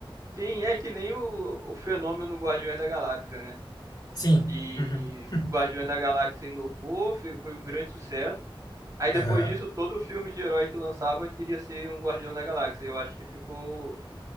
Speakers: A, on the right; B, on the left.
A: Sim, é que nem o, o fenômeno Guardiões da Galáxia, né?
B: Sim.
A: E
B: Uhum.
A: Guardiões
B: <laughs>
A: da Galáxia inovou, fe- foi um grande sucesso. Aí depois
B: Aham.
A: disso, todo filme de herói que lançava queria ser um Guardião da Galáxia. Eu acho que ficou,